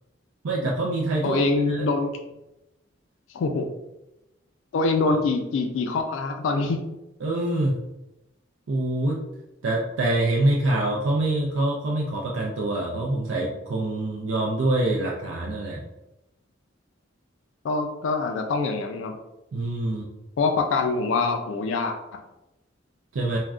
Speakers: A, on the right; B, on the left.
A: ไม่แต่เขามีไททอลด้วย
B: ตัวเองโดน <laughs> โอ้โหตัวเองโดนกี่กี่กี่ข้อแล้วฮะตอนนี้
A: เหรอเออโอ้แต่แต่เห็นในข่าวเขาไม่เขาเขาไม่ขอประกันตัวเขาสงสัยคงยอมด้วยหลักฐานนั่นแหละ
B: <laughs> ก็ก็อาจจะต้องอย่างนั้นครับ
A: อืม
B: เพราะว่าประกันผมว่าโหยาก
A: ใช่ไหม